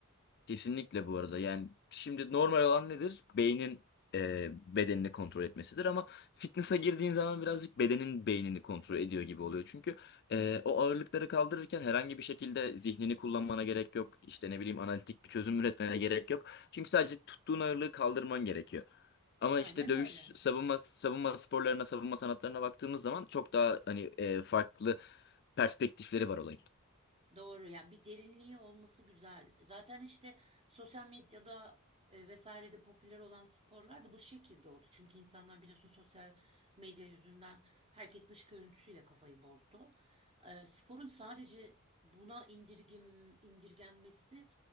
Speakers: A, on the left; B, on the right.
A: Kesinlikle bu arada yani şimdi normal olan nedir? Beynin e, bedenini kontrol etmesidir ama fitness'a girdiğin zaman birazcık bedenin beynini kontrol ediyor gibi oluyor. Çünkü e, o ağırlıkları kaldırırken herhangi bir şekilde zihnini kullanmana gerek yok. İşte ne bileyim analitik bir çözüm üretmene gerek yok. Çünkü sadece tuttuğun ağırlığı kaldırman gerekiyor. Ama
B: Aynen
A: işte dövüş
B: öyle.
A: savunma savunma sporlarına, savunma sanatlarına baktığımız zaman çok daha hani e, farklı perspektifleri var olayın.
B: Doğru yani bir derinliği olması güzel. Zaten işte sosyal medyada e, vesairede popüler olan sporlar da bu şekilde oldu. Çünkü insanlar biliyorsun sosyal medya yüzünden herkes dış görüntüsüyle kafayı bozdu. E, sporun sadece buna indirgim, indirgenmesi